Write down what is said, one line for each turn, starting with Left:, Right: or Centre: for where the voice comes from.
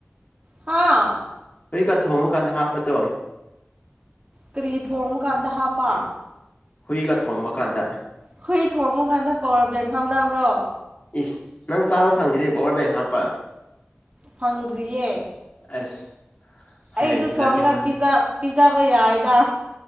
Right: ꯍꯥꯥ
Left: <unintelligible> ꯊꯣꯡꯕ ꯀꯥꯟꯗ ꯍꯥꯞꯄꯗꯣ
Right: ꯀꯔꯤ ꯊꯣꯡꯕ ꯀꯥꯟꯗ ꯍꯥꯞꯄ
Left: ꯍꯨꯏꯒ ꯊꯣꯡꯕ ꯀꯥꯟꯗ
Right: ꯍꯨꯏ ꯊꯣꯡꯕꯀꯥꯟꯗ ꯄꯋꯥꯔ ꯕꯦꯡ ꯍꯥꯞꯅꯕ꯭ꯔꯣ
Left: ꯏꯁ ꯅꯪ ꯆꯥꯕ ꯐꯪꯗꯗꯤ ꯄꯋꯥꯔ ꯕꯦꯡ ꯍꯥꯞꯄ
Right: ꯐꯪꯗ꯭ꯔꯤꯌꯦ
Left: ꯑꯁ ꯍꯌꯦꯡ
Right: ꯑꯩꯁꯨ
Left: ꯊꯤꯜꯂꯛꯀꯦ
Right: ꯊꯣꯡꯒ
Left: ꯅꯪꯒꯤ
Right: ꯄꯤꯖ ꯄꯤꯖꯕ ꯌꯥꯏꯗ